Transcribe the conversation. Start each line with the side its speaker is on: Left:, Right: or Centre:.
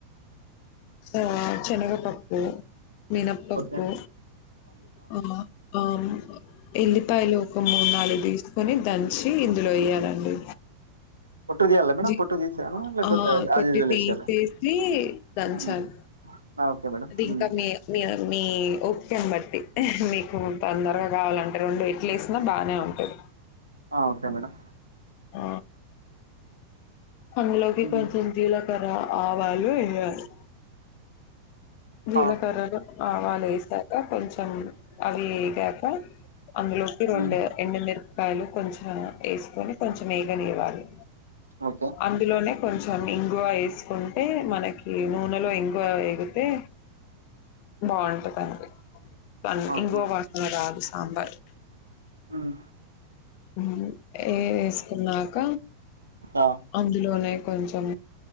Left: ఆ చెనగపప్పు, మినపప్పు
Right: ఓకే
Left: ఆ ఆ ఎల్లిపాయ లో ఒ ఒక మూడు, నాలుగు తీసుకొ కొని దంచి ఇందులో వేయాలండి.
Right: పొట్టు తీయాలా మేడం
Left: విట్
Right: పొట్టు తీసేయాలా లేకపోతే
Left: అ
Right: యాజ్
Left: పొట్టు
Right: యూజువల్
Left: తీసెసి
Right: వేసేయాలా
Left: దంచాలి.
Right: ఉమ్, ఆ ఓకే మేడం
Left: అది ఇంకా
Right: ఉమ్,
Left: మీ మీ మీ ఓపికని బట్టి మీకు తొందరగా కావాలంటే రెండు, ఇట్లఎసినా బాగానే ఉంటది.
Right: ఆ ఓకే మేడం.
Left: ఆ అందులోకి
Right: ఉమ్,
Left: కొంచెం జీలకర్ర, ఆవాలు ఎయ్యాలి. జీలకర్రలు
Right: ఆ
Left: ఆవాలు వేసాక కొంచెం అవి వేగాక అందులోకి రెండు
Right: ఉమ్,
Left: ఎండుమిరపకాయలు కొంచెం వేసుకొని కొంచెం వే వారు
Right: ఓకే
Left: అందులోనే కొంచెం ఇంగువ వేసుకుంటే మనకి నూనెలో ఇంగువ ఎగితే బాగుంటుదండి పన్
Right: ఆహా,
Left: ఇంకోవాసన రాదు సాంబారు
Right: ఉమ్,
Left: హుమ్ ఏ ఏ వేసుకున్నాక
Right: ఆ
Left: అల్మదల్నే కొంచెం